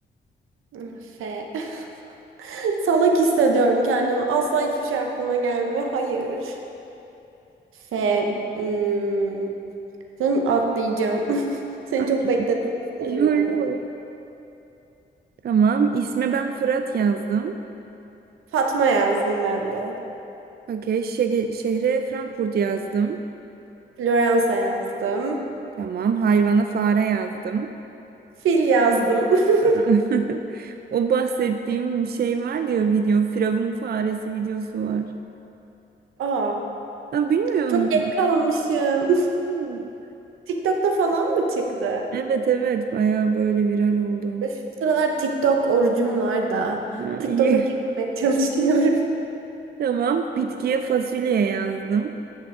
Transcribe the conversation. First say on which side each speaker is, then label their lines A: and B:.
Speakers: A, on the right; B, on the right.
A: ah, F. <laughs> Salak hissediyorum kendimi. Asla hiçbir şey aklıma gelmiyor. Hayır. F. Hmm. Sanırım atlayacağım. <laughs> Seni
B: Ah,
A: çok bekletmek istemiyorum.
B: Yo yo. Tamam. İsme ben Fırat yazdım.
A: Fatma yazdım ben de.
B: Okey. şege- şehre Frankfurt yazdım.
A: Floransa yazdım.
B: Tamam. Hayvana fare yazdım.
A: Fil yazdım. <laughs>
B: <laughs> O bahsettiğim şey var diyor video. Firavun faresi videosu var.
A: Aa,
B: Ha, bilmiyor
A: çok
B: musun?
A: geç kalmışım.
B: Hı.
A: <laughs> TikTok'ta falan mı çıktı?
B: Evet evet. Baya böyle viral oldu.
A: Şu sıralar TikTok orucum var da.
B: Ya,
A: TikTok'a
B: iyi.
A: girmemeye çalışıyorum.
B: <laughs> Tamam. Bitkiye fasulye yazdım.